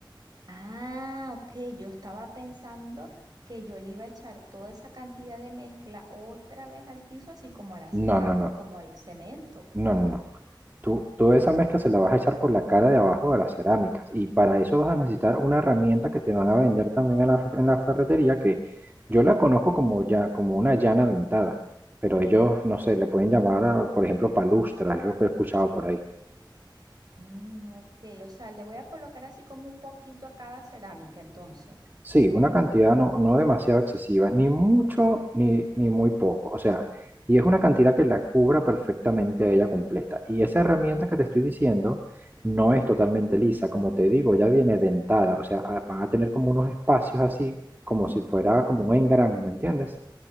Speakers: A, on the right; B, on the right.
A: Ah, ok, yo estaba pensando que yo le iba a echar toda esa cantidad de mezcla otra vez al piso, así como a la
B: No,
A: cerámica,
B: no, no,
A: como al cemento.
B: no, no, no. Tú, toda esa mezcla se la vas a echar por la cara de abajo de las cerámicas y para eso vas a necesitar una herramienta que te van a vender también en la, en la ferretería que yo la conozco como, ya, como una llana dentada, pero ellos, no sé, le pueden llamar, a, por ejemplo, palustra, es lo que he escuchado por ahí.
A: Mm, ok, o sea, le voy a colocar así como un poquito a cada cerámica, entonces.
B: Sí, una cantidad no, no demasiado excesiva, ni mucho ni, ni muy poco. O sea, y es una cantidad que la cubra perfectamente a ella completa. Y esa herramienta que te estoy diciendo no es totalmente lisa, como te digo, ya viene dentada. O sea, a- van a tener como unos espacios así, como si fuera como un engran, ¿me entiendes?